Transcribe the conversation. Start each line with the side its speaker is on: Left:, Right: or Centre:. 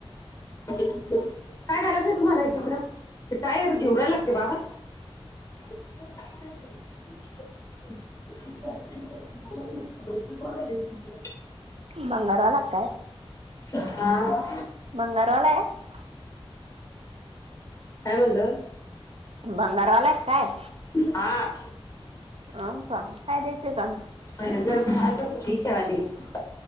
Left: काय करायचंय तुम्हाला हे टिपड, ते टायर घेवू रायला का त्यो बाबा. <inaudible> <unintelligible>
Right: भंगार वाला काय?
Left: हा!
Right: भंगारवाला आहे
Left: काय म्हणलं.
Right: भंगारवाला आहे की काय?
Left: हा!
Right: आ का काय द्यायचंय सांग.
Left: बरं जर आत मधी <unintelligible>